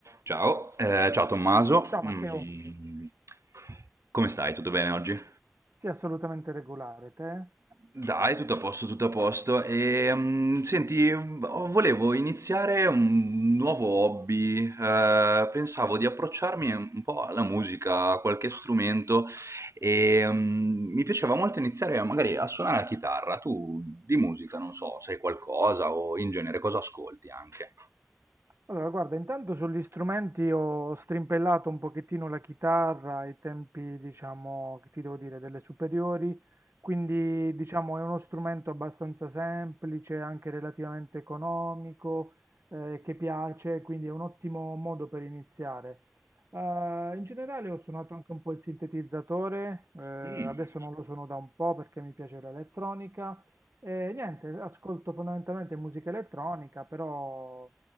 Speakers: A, on the right (about 80°); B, on the right (about 65°).
A: Ciao, eh, ciao Tommaso,
B: Ciao
A: Mm,
B: Matteo,
A: come stai? Tutto bene oggi?
B: sì assolutamente regolare, te?
A: Dai, tutto a posto, tutto a posto. E, mm, senti, oh, volevo iniziare un nuovo hobby. Eh, pensavo di approcciarmi un po' alla musica, a qualche strumento e mm, mi piaceva molto iniziare magari a suonare la chitarra. Tu di musica, non so, sai qualcosa o in genere cosa ascolti anche?
B: Allora, guarda, intanto sugli strumenti ho strimpellato un pochettino la chitarra ai tempi, diciamo, che ti devo dire, delle superiori, quindi diciamo è uno strumento abbastanza semplice, anche relativamente economico, eh, che piace, quindi è un ottimo modo per iniziare. Eh, in generale ho suonato anche un po' il sintetizzatore, eh, adesso
A: Mm.
B: non lo suono da un po' perché mi piace l'elettronica. E niente, ascolto fondamentalmente musica elettronica, però